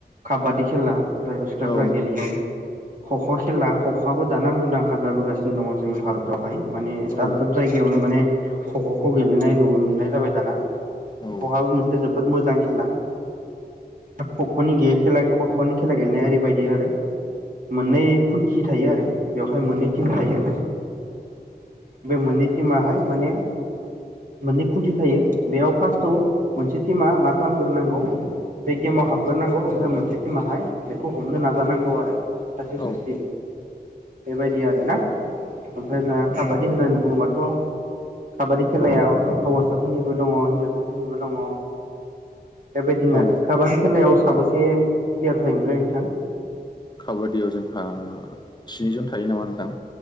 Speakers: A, on the right; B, on the left.
A: काबादि खेला जायखौ सिख्लाफोरा
B: औ
A: गेलेयो खख' खेला खख'आबो दाना मुंदांखा जाबोगासिनो दङ जोंनि भारतावहाय माने
B: औ
A: दाब दाब जायगायाव बेवनो माने खख'खौ गेलेनाय नुनाय जाबाय दाना
B: औ
A: खख'बो मोनसे जोबोद मोजां आरो खख'नि गैयै खेला खख'नि खेला गेलेनाया ओरैबायदि आरो मोननै खुन्थि थायो आरो बेवहाय मोननै टिम थायो बे मोननै टिमाहाय माने मोननै खुन्थि थायो बेयाव फार्स्टआव मोनसे टिमा मा खालामग्रोनांगौ बे गेमाव हाबग्रोनांगौ ओमफ्राय मोनसे टिमाहाय बेखौ हमनो नाजानांगौ आरो सासे
B: औ
A: सासे बेबायदि आरोना ओमफ्राय जोंहा खाबादि होननानै बुङोबाथ' काबादि खेलायाव हौवासाफोरनिबो दङ हिन्जावसाफोरनिबो दङ बेबायदिनो
B: औ
A: आरो काबादि खेलायाव साबेसे प्लेयार थायोमोनलाय नोंथां
B: काबादियाव जोंहा स्निजन थायो नामा नथां